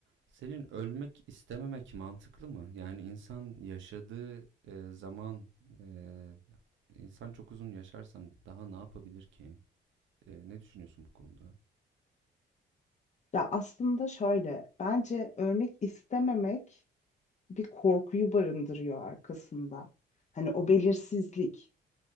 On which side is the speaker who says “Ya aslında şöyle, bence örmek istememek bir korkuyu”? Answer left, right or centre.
Left